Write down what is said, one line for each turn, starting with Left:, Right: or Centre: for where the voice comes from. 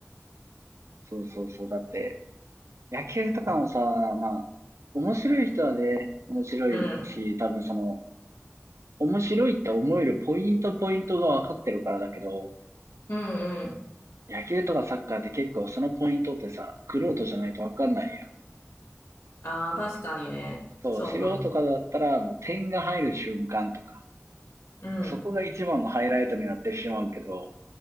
Right: そうそうそう。だって、野球とかもさ、まあ、面白い人はね、面白いし、
Left: うん。
Right: 多分その、面白いって思えるポイントポイントが分かってるからだけど、
Left: うんうん。
Right: 野球とかサッカーって結構そのポイントってさ、玄人じゃないと分かんないやん。
Left: ああ、確かにね。
Right: そう、
Left: そうかも。
Right: 素人とかだったらもう点が入る瞬間とか、
Left: うん、
Right: そこが一番のハイライトになってしまうけど、